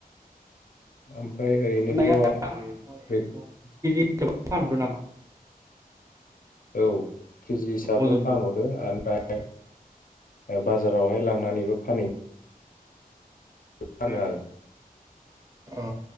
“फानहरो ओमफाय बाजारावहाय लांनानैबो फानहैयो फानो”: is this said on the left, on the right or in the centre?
Left